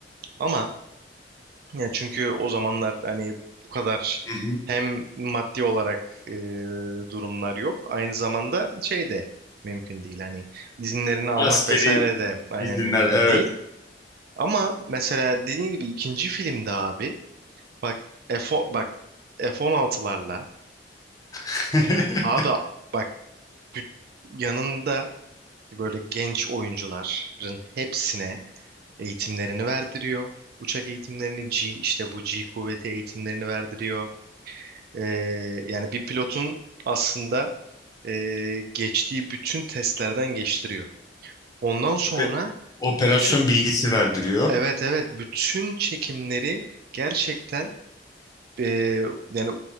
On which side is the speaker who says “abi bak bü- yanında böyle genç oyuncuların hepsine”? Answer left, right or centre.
Right